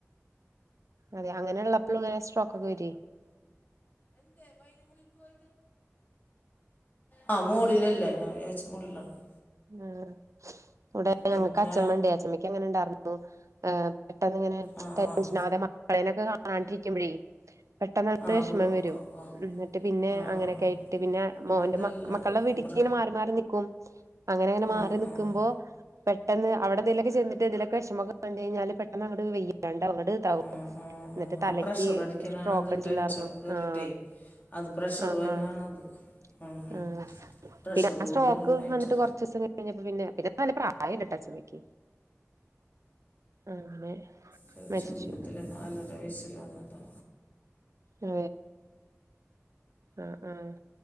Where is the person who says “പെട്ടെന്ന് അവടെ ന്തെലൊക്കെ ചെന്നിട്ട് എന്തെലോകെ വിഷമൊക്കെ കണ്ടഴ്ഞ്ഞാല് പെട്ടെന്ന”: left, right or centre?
Right